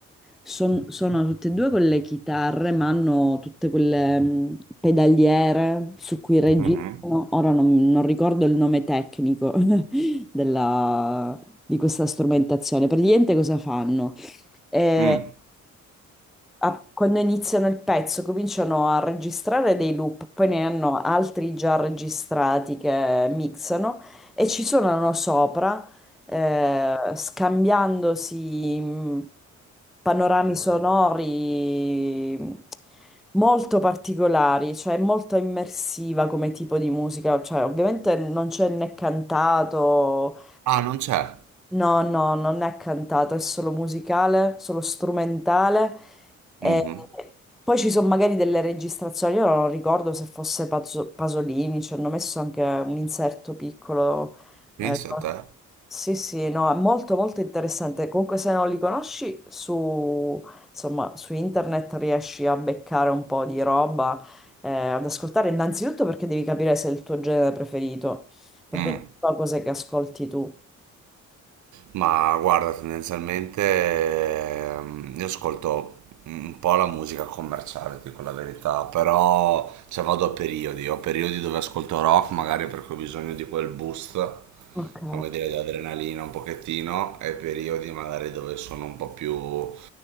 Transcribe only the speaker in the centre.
son- sono tutte e due con le chitarre, ma hanno tutte quelle mm, pedaliere su cui registrano.
Ora non, non ricordo il nome tecnico <laughs> della- di questa strumentazione. Praticamente cosa fanno? Eh,
a- quando iniziano il pezzo cominciano a registrare dei loop, poi ne hanno altri già registrati che mixano e ci suonano sopra eh, scambiandosi mh, panorami sonori mh, molto particolari, cioè molto immersiva come tipo di musica, cioè ovviamente non c'è né cantato,
No, no, non è cantato, è solo musicale, solo strumentale. E
poi ci sono magari delle registrazioni, io non ricordo se fosse Paso- Pasolini, ci hanno messo anche un inserto piccolo.
eh,
sì, sì, no, è molto molto interessante. Comunque se non li conosci su, insomma, su internet riesci a beccare un po' di roba, eh, ad ascoltare, innanzitutto perché devi capire se è il tuo genere preferito, perché
non so cos'è che ascolti tu.
Ok.